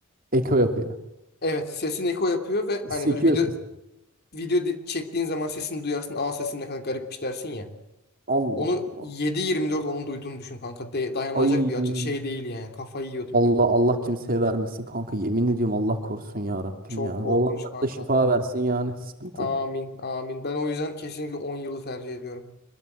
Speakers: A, on the right; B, on the left.
A: Eko yapıyor.
B: Evet sesin eko yapıyor ve hani
A: Sekiyor
B: böyle video
A: ses.
B: video di- çektiğin zaman sesini duyarsın. Aa sesim ne kadar garipmiş dersin ya.
A: Allah
B: Onu
A: Allah.
B: yedi yirmi dört onun duyduğunu düşün kanka. De- dayanılacak
A: Ay.
B: bir acı şey değil yani. Kafayı yiyordum
A: Allah
B: ben.
A: Allah kimseye vermesin kanka. Yemin ediyorum Allah korusun ya Rabbim
B: Çok
A: ya.
B: korkunç
A: Olanlar
B: kanka.
A: da şifa versin yani. Sıkıntı.
B: Amin amin. Ben o yüzden kesinlikle on yılı tercih ediyorum.